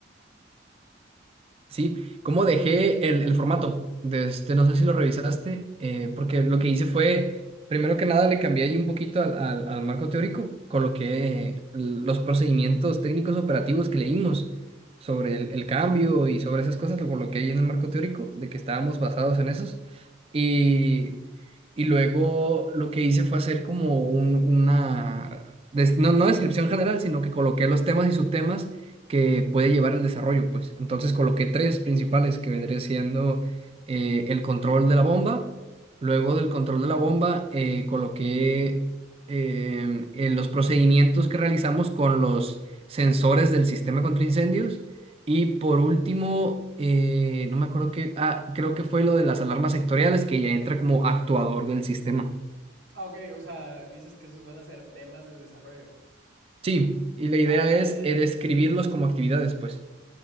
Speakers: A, on the right (about 30°); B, on the right (about 80°).
A: Sí, cómo dejé el, el formato. De este, no sé si lo revisaste, eh, porque lo que hice fue, primero que nada, le cambié ahí un poquito al, al- al marco teórico, coloqué eh, los procedimientos técnicos operativos que leímos sobre el, el cambio y sobre esas cosas, lo coloqué ahí en el marco teórico, de que estábamos basados en esos. Y, y luego lo que hice fue hacer como un- una, des- no, no descripción general, sino que coloqué los temas y subtemas que puede llevar el desarrollo, pues. Entonces coloqué tres principales que vendría siendo eh, el control de la bomba, luego del control de la bomba eh, coloqué em, eh, los procedimientos que realizamos con los sensores del sistema contra incendios y por último, eh, no me acuerdo qué, ah, creo que fue lo de las alarmas sectoriales que ya entra como actuador del sistema.
B: Ah, ok, o sea, dices que esos van a ser temas del desarrollo.
A: Sí, y la idea
B: Ah, ya,
A: es
B: ya, ya.
A: eh, describirlos como actividades, pues.